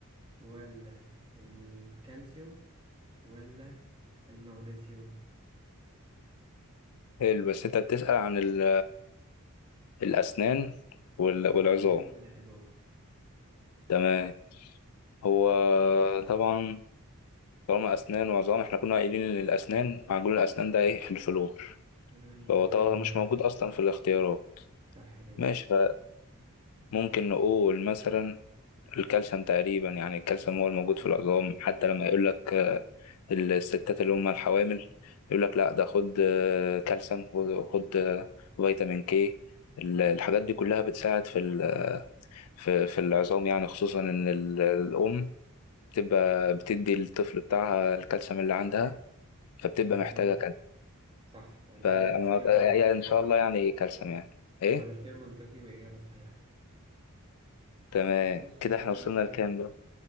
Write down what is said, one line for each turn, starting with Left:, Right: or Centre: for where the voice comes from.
Right: ولا الكالسيوم ولا المغنيسيوم
Left: حلو بس انت بتسأل عن ال... الأسنان وال... والعظام
Right: لا أسنان ولا عظام
Left: تمام هو طبعا طالما أسنان وعظام احنا كنا قايلين إن الأسنان معجون الأسنان ده ايه الفلور
Right: فلوريد
Left: فهو طبعا
Right: أيوه
Left: مش موجود أصلا في الاختيارات
Right: صح كده
Left: ماشي ممكن نقول مثلا الكالسيوم تقريبا يعني الكالسيوم هو الموجود في العظام حتى لما يقول لك آه، الستات اللي هم الحوامل يقول لك لا ده خد آه، كالسيوم خد خد، آه، فيتامين كي الحاجات دي كلها بتساعد في ال- في في العظام يعني خصوصا ان ال- الام بتبقى بتدي الطفل بتاعها الكالسيوم اللي عندها فبتبقى
Right: أمم،
Left: محتاجة
Right: فهمت
Left: كالسيوم
Right: صح صح ده
Left: فأنا
Right: كده تفكير منطقي
Left: يعني إن
Right: أصلا
Left: شاء الله يعني كالسيوم يعني إيه
Right: هو تفكير منطقي وإجابة صحيحة
Left: تمام
Right: بص
Left: كده إحنا
Right: آه
Left: وصلنا لكام بقى؟